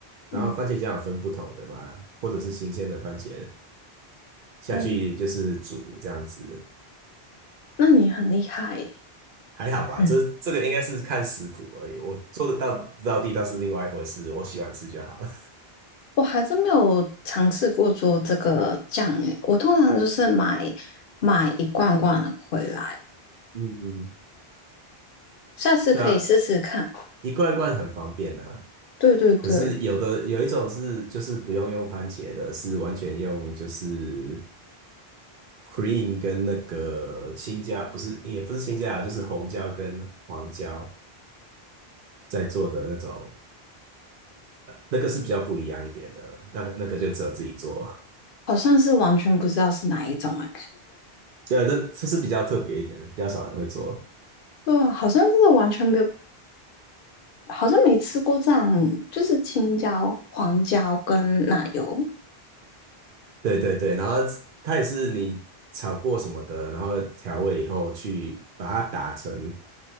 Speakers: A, on the right (about 60°); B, on the left (about 60°).
A: 然后番茄酱有分不同的嘛，
B: 嗯
A: 或者是新鲜的番茄下去就是煮这样子，
B: 嗯，那你很厉害耶。
A: 还好吧？
B: <laughs>
A: 这这个应该是看食谱而已，我做得到到地道是另外一回事，我喜欢吃就好了。
B: 我还真没有尝试过做这个酱诶，我通常就是买买一罐罐的回来，
A: 嗯，
B: 下次可以试试看。
A: 那一罐一罐很方便啊，
B: 对对对，
A: 可是有的有一种是就是不用用番茄的，是完全用就是 cream 跟那个青椒，不是也不是青椒啊，就是红椒跟黄椒在做的那种那个是比较不一样一点的，那那个就只有自己做。<laughs>
B: 好像是完全不知道是哪一种诶，
A: 对，这这是比较特别一点的，比较少人会做。
B: 对啊，好像真的完全没有，好像没吃过这样，就是青椒、黄椒跟奶油。
A: 对对对，然后它也是你炒过什么的，然后调味以后去把它打成，